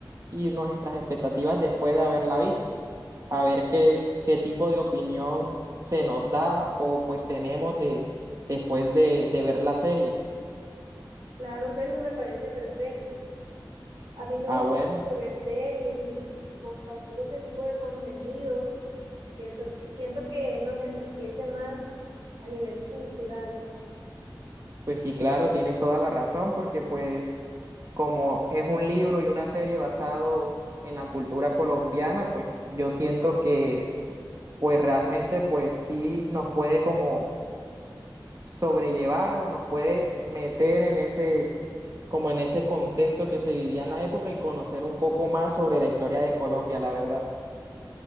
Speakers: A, on the right (about 45°); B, on the right (about 80°).
A: y nuestras expectativas después de haberla visto. A ver qué, qué tipo de opinión se nos da o pues tenemos de, después de, de ver la serie.
B: Claro, Sergio, me parece perfecto. A mí me
A: Ah,
B: gusta
A: bueno.
B: mucho ver series y compartir ese tipo de contenidos Cierto que siento que nos enriquece más a nivel cultural.
A: Pues sí, claro, tienes toda la razón, porque pues como es un libro y una serie basado en la cultura colombiana, pues yo siento que pues realmente pues sí nos puede como sobrellevar o nos puede meter en ese como en ese contexto que se vivía en la época y conocer un poco más sobre la historia de Colombia, la verdad.